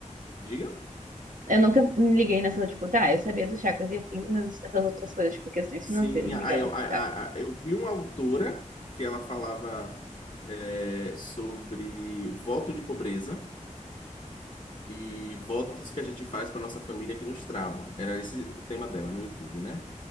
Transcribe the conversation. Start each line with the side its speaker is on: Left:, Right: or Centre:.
Left: diga.
Right: Eu nunca me liguei nessa, tipo, tá, eu sabia dos chakras e afins, mas essas outras coisas, tipo, questões
Left: Sim,
Right: financeiras ligadas
Left: aí eu, a-
Right: a
Left: a-
Right: chakras.
Left: a- eu vi uma autora que ela falava é, sobre voto de pobreza e votos que a gente faz para nossa família que nos travam. Era esse o tema dela no YouTube, né?